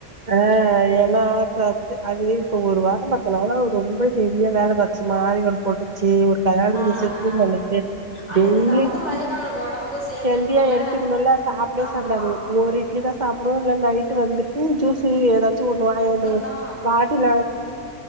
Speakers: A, on the right (about 35°); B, on the left (about 35°).
A: ஆ ஏன்னா சத்து ஆது அது இப்ப ஒரு வாரம் பத்தனாள ரொம்ப ஹெவியா வேலை பார்த்துச் மாரி வந் போட்டுச்சு ஒரு கல்யாணதுக்கு
B: ஆ
A: செட்டும்
B: ஆ
A: பண்ணட்டு
B: அதுக்கு
A: டெய்லி
B: தகுந்த மாரி நம்மளுக்கு ஒடம்புக்கு சேத்துக்கணுல
A: ஹெல்தியா எடுத்துக்கணும்ல்ல சாப்பிடே
B: ஆமா
A: சாப்பிடாது ஒ இட்லி தான் சாப் டும் நைட்டு வந்துட்டு ஜூஸ்சு ஏதாச்சும் ஒண்ணு வாங்கிட்டு வந்ரு
B: தா
A: பாட்டில்ல